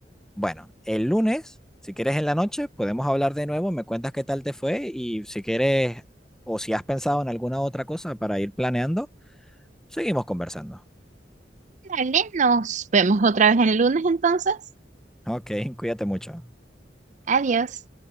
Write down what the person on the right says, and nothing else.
Dale, nos vemos otra vez el lunes entonces.
Adiós.